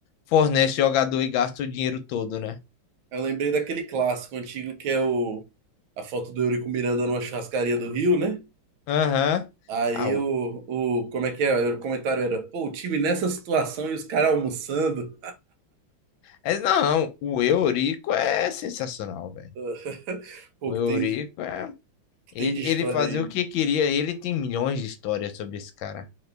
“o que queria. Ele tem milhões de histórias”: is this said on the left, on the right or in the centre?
Left